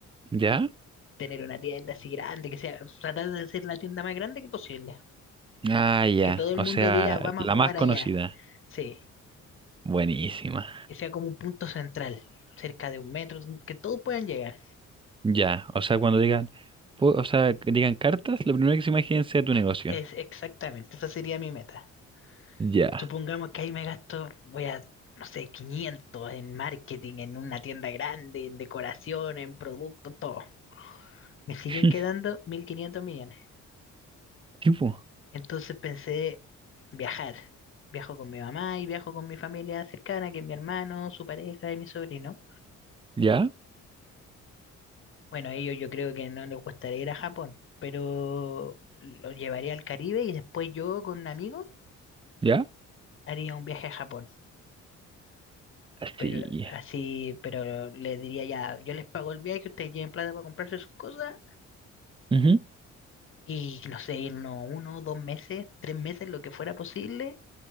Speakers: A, on the right; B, on the left.
A: ¿Ya?
B: tener una tienda así grande, que sea, tratar de hacer la tienda más grande que posible.
A: Ah, ya.
B: Que todo el
A: O
B: mundo
A: sea,
B: diga, vamos
A: la
B: a jugar
A: más conocida.
B: allá. Sí,
A: Buenísima.
B: que sea como un punto central, cerca de un metro, que todos puedan llegar.
A: Ya. O sea, cuando digan, pu- o sea, que digan cartas, lo primero que se imaginen sea tu negocio.
B: Es exactamente, esa sería mi meta.
A: Ya.
B: Supongamos que ahí me gasto, voy a, no sé, 500 en marketing, en una tienda grande, en decoración, en producto, todo. Me siguen
A: <laughs>
B: quedando 1.500 millones.
A: Tipo,
B: Entonces pensé viajar. Viajo con mi mamá y viajo con mi familia cercana, que es mi hermano, su pareja y mi sobrino.
A: ¿ya?
B: Bueno, a ellos yo creo que no les gustaría ir a Japón, pero los llevaría al Caribe y después yo con un amigo
A: ¿Ya?
B: haría un viaje a Japón. Pero
A: Sí.
B: así, pero les diría ya, yo les pago el viaje, ustedes lleven plata para comprarse sus cosas
A: Ujú.
B: y no sé, irnos uno, dos meses, tres meses, lo que fuera posible